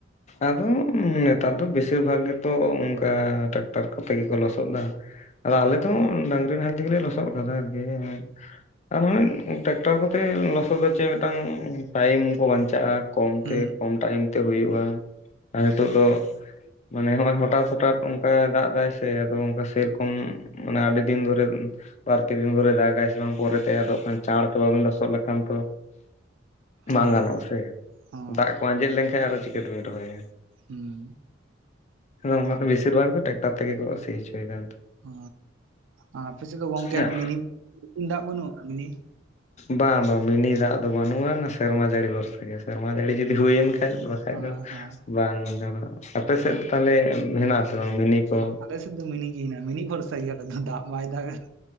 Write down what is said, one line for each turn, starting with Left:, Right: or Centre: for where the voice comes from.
Left: ᱟᱫᱚ ᱱᱮᱛᱟᱨ ᱫᱚ ᱵᱮᱥᱤᱨ ᱵᱷᱟᱜᱽ ᱜᱮᱛᱚ ᱚᱱᱠᱟ ᱴᱨᱟᱠᱴᱟᱨ ᱠᱚᱛᱮ ᱜᱮᱠᱚ ᱞᱚᱥᱚᱫ ᱫᱟ᱾ ᱟᱨ
Right: ᱦᱩᱸ
Left: ᱟᱞᱮ ᱫᱚ ᱰᱟᱝᱨᱤ ᱱᱟᱦᱮᱞ ᱛᱮᱜᱮ ᱞᱮ ᱞᱚᱥᱚᱫ ᱟᱠᱟᱫᱟ ᱟᱨᱠᱤ ᱦᱮ᱾ <unintelligible> ᱴᱮᱠᱴᱟᱨ ᱠᱚᱛᱮ ᱞᱚᱥᱚᱫ ᱫᱚ ᱪᱮᱫ ᱢᱤᱫᱴᱟᱝ ᱴᱟᱭᱤᱢ ᱠᱚ ᱵᱟᱧᱪᱟᱜ-ᱟ ᱠᱚᱢ
Right: ᱦᱩᱸ
Left: ᱛᱮ ᱾ ᱠᱚᱢ ᱴᱟᱭᱤᱢ ᱛᱮ ᱦᱩᱭᱩᱜ-ᱟ ᱟᱨ ᱱᱤᱛᱚᱜ ᱫᱚ ᱢᱟᱱᱮ ᱦᱚᱜ-ᱚᱭ ᱦᱚᱴᱟᱛ ᱦᱚᱴᱟᱛ ᱚᱱᱠᱟ ᱫᱟᱜ ᱮᱫᱟᱭ ᱥᱮ ᱾ ᱟᱫᱚ ᱚᱱᱠᱟ ᱥᱮᱨᱚᱠᱚᱢ ᱢᱟᱱᱮ ᱟᱹᱰᱤ ᱫᱤᱱ ᱫᱷᱚᱨᱮ ᱠᱷᱚᱱ ᱵᱟᱨ ᱯᱮ ᱫᱤᱱ ᱫᱷᱚᱨᱮ ᱫᱟᱜᱟᱭ ᱥᱮ ᱵᱟᱝ ᱯᱚᱨᱮᱛᱮ ᱟᱫᱚᱜ ᱠᱷᱟᱱ ᱪᱟᱬ ᱛᱮ ᱵᱟᱵᱤᱱ ᱞᱚᱥᱚᱜ ᱞᱮᱠᱷᱟᱱ ᱛᱚ
Right: ᱦᱚᱸ
Left: ᱵᱟᱝ ᱜᱟᱱᱚᱜ-ᱟ ᱥᱮ,
Right: ᱦᱚᱸ
Left: ᱫᱟᱜ ᱠᱚ ᱟᱸᱡᱮᱫ ᱞᱮᱱᱠᱷᱟᱱ ᱟᱨᱚ ᱪᱤᱠᱟᱹ ᱛᱮᱵᱤᱱ ᱨᱚᱦᱚᱭᱟ᱾
Right: ᱦᱩᱸ
Left: ᱟᱫᱚ
Right: ᱦᱩᱸ
Left: ᱚᱱᱟ ᱫᱚ ᱵᱮᱥᱤᱨ ᱵᱷᱟᱜ ᱜᱮ ᱴᱮᱠ ᱴᱟᱨ ᱛᱮᱜᱮ ᱠᱚ ᱥᱤ ᱦᱚᱪᱚᱭᱮᱫᱟ᱾
Right: ᱚ ᱟᱨ ᱟᱯᱮ ᱥᱮᱫ ᱫᱚ ᱜᱚᱝᱠᱮ
Left: ᱱᱮᱛᱟᱨ᱾
Right: ᱢᱤᱱᱤ ᱫᱟᱜ ᱵᱟᱹᱱᱩᱜ-ᱟ? ᱢᱤᱱᱤ
Left: ᱵᱟᱝ ᱵᱟᱝ ᱢᱤᱱᱤ ᱫᱟᱜ ᱫᱚ ᱵᱟᱹᱱᱩᱜ-ᱟ ᱚᱱᱣᱟ ᱱᱟ ᱥᱮᱨᱢᱟ ᱡᱟᱹᱲᱤ ᱵᱷᱚᱨᱥ ᱟ ᱥᱮᱨᱢᱟ ᱡᱟᱹᱲᱤ ᱡᱩᱫᱤ ᱦᱩᱭᱮᱱ ᱠᱷᱟᱡ ᱟᱨ ᱵᱟᱠᱷᱟᱡ
Right: ᱦᱮᱸ
Left: ᱫᱚ
Right: ᱦᱮᱸ
Left: ᱵᱟᱝ ᱡᱟᱦᱟᱱᱟᱜ ᱟᱯᱮ ᱥᱮᱫ
Right: ᱚ
Left: ᱛᱟᱦᱚᱞᱮ ᱦᱮᱱᱟᱜ-ᱟ ᱥᱮ ᱵᱟᱝ ᱢᱤᱱᱤ ᱠᱚ?
Right: ᱟᱞᱮ ᱫᱚ ᱢᱤᱱᱤ ᱜᱮ ᱦᱮᱱᱟᱜ-ᱟ᱾ ᱢᱤᱱᱤ ᱵᱷᱚᱨᱥᱟ ᱜᱮ ᱦᱟᱜ ᱟᱞᱮ ᱫᱚ ᱫᱟᱜ ᱵᱟᱭ ᱫᱟᱜᱟ